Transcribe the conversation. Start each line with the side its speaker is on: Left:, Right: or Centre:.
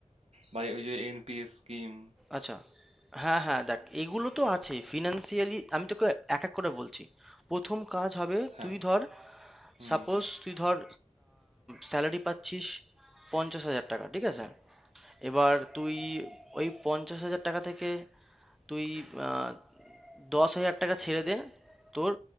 Right: বা ওই যে এনপিএস স্কিম
Centre: আচ্ছা হ্যাঁ হ্যাঁ দেখ এগুলো তো আছে ফিনান্সিয়ালি আমি তোকে এক এক করে বলছি প্রথম কাজ হবে
Right: হ্যাঁ,
Centre: তুই ধর
Right: হুম,
Centre: সাপোজ
Right: হুম।
Centre: তুই ধর স্যালারি পাচ্ছিস পঞ্চাশ হাজার টাকা ঠিক আছে এবার তুই ওই পঞ্চাশ হাজার টাকা থেকে তুই আহ, দশ হাজার টাকা ছেড়ে দে তোর